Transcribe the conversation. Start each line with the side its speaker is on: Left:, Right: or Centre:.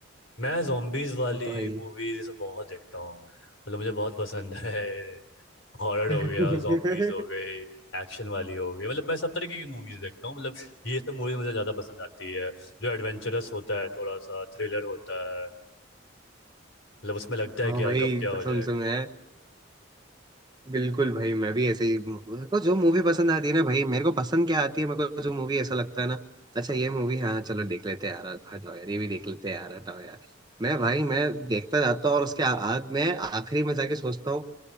Left: मैं जॉम्बीज वाली
Right: भाई
Left: मूवीज ये सब बहुत देखता हूँ मतलब मुझे बहुत पसंद है हॉरर
Right: <laughs>
Left: हो गया zombies हो गए एक्शन वाली हो गई मतलब मैं सब तरीके की मूवीज देखता हूँ मतलब ये सब मूवीज मुझे ज्यादा पसंद आती है जो एडवेंचरस होता है थोड़ा सा थ्रिलर होता है मतलब उसमें लगता है
Right: हाँ
Left: कि यार
Right: भाई
Left: कब क्या हो
Right: कसम
Left: जाएगा
Right: से मैं बिल्कुल भाई मैं भी ऐसे ही मेरे को जो मूवी पसंद आती है ना भाई मेरे को पसंद क्या आती है मेरे को जो मूवी ऐसा लगता है ना अच्छा ये मूवी हाँ चलो देख लेते हैं यार हटाओ यार ये भी देख लेते हैं यार हटाओ यार मैं भाई मैं देखता जाता हूँ और उसके आ- आज मैं आखिरी में जाके सोचता हूँ